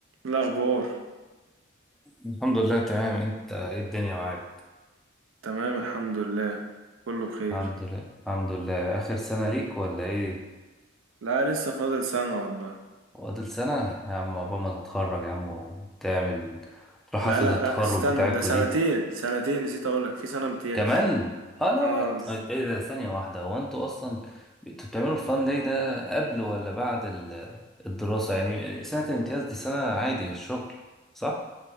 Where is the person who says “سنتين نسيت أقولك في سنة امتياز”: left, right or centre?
Right